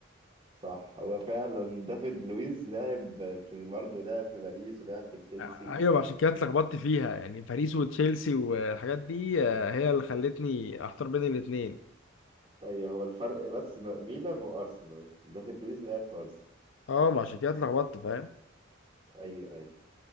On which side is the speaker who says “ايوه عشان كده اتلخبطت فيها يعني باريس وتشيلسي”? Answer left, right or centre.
Left